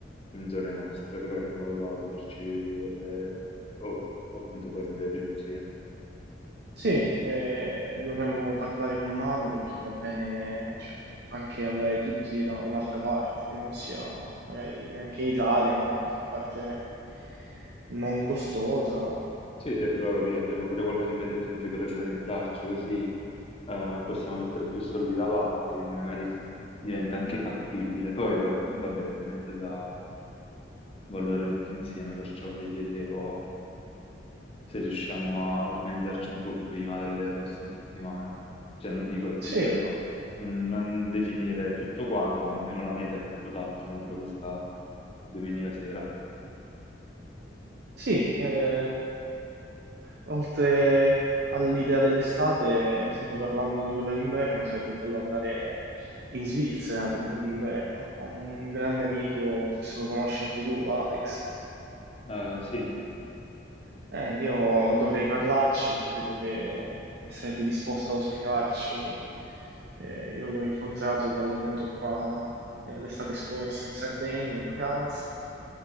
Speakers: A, on the left (about 30°); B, on the right (about 60°).
A: in zone nostre, però in modo da poterci rivedere o o appunto fare un viaggio insieme.
B: Sì, eh, dovremmo parlare con mano perché va bene, cioè, anche andare tutti da un'altra parte, che non sia magari neanche in Italia, ma da qualche parte non costosa.
A: Sì, sì, però
B: Mm,
A: capì, abbiamo pure qualche metetto in più per organizzarci, così eh, possiamo mettere più soldi da parte, quindi magari diventa anche fattibile. Poi va- vabbè, ovviamente da valutare tutti insieme, perciò ti chiedevo se riusciamo a organizzarci un po' prima delle prossime settimane. Cioè, non dico,
B: Sì,
A: ripeto, non, non definire tutto quanto, ma almeno la meta è qualcos'altro entro questa domenica sera.
B: sì, eh, oltre all'idea dell'estate, sempre parlando di quella d'inverno, sarebbe bello andare in Svizzera d- d'inverno. Ho un grande amico, forse lo conosci anche tu, Alex.
A: Eh, sì,
B: Eh, io dovrei parlarci, ma credo che, che sarebbe disposto a ospitarci. Eh, io l'ho incontrato quando è venuto qua la- eh, l'estate scorsa in Sardegna, in vacanza.